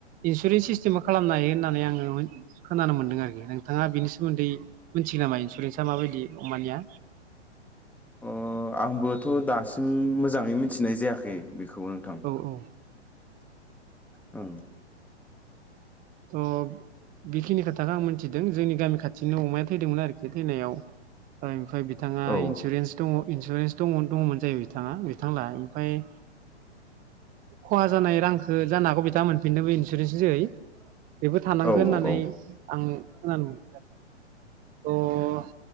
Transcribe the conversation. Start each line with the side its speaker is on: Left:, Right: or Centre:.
Right: इन्सुरेन्स सिस्टेमा खालामनो हायो होननानै आङो खोनानो मोन्दों आरोखि नोंथाङा बेनि सोमोन्दै सि नामा इन्सुरेन्साआ माबायदि अमानिया?
Centre: अ आंबोथ' दासिम मोजाङै मिथिनाय जायाखै। बेखौबो नोंथां।
Right: औ औ
Centre: औ।
Right: थ' बेखिनि खोथाखौ आं मिथिदों जोंनि गामि खाथियाव बिदिनो अमाया थैदोंमोन आरोखि थैनायाव ओमफ्रायाय बिथाङा
Centre: ओं
Right: इन्सुरेन्स दङ इन्सुरेन्स दं दङमोन जायो बिथां बिथां लाहानिफाय खहा जानाय रांखौ जानो हागौ बिथाङा मोनफिनदोंमोन बेबो थानांगोन
Centre: औ
Right: होननानै
Centre: औ
Right: आं खोनानो मोनदों आरो। अ'